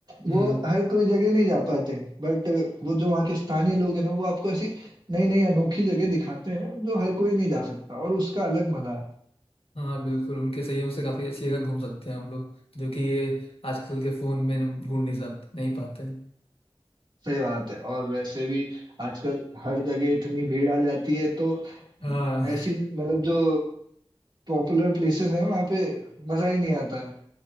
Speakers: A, on the right; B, on the left.
A: वो
B: हम्म
A: हर कोई जगह नहीं जा पाते बट वो जो वहाँ के स्थानीय लोग हैं ना वो आपको ऐसी नई नई अनोखी जगह दिखाते हैं जो हर कोई नहीं जा सकता और उसका अलग मजा है
B: हाँ बिल्कुल उनके सहयोग से काफ़ी अच्छी जगह घूम सकते हैं हम लोग जो कि ये आजकल के फ़ोन में हम ढूंढ नहीं सकते नहीं पाते हैं
A: सही बात है और वैसे भी आजकल हर जगह इतनी भीड़ आ जाती है तो
B: हाँ
A: ऐसी मतलब जो पॉपुलर प्लेसेस हैं वहाँ पे मजा ही नहीं आता है